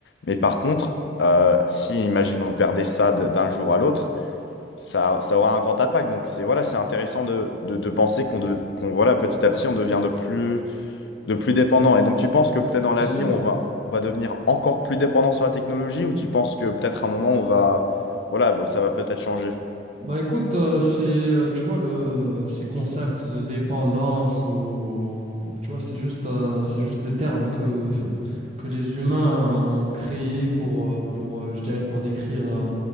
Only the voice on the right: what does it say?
C'est sûr.
Bah écoute, euh, c'est euh, tu vois le ces concepts de dépendance ou tu vois c'est juste euh, c'est juste des termes que <laughs> que les humains ont créés pour euh, pour euh, je dirais pour décrire euh,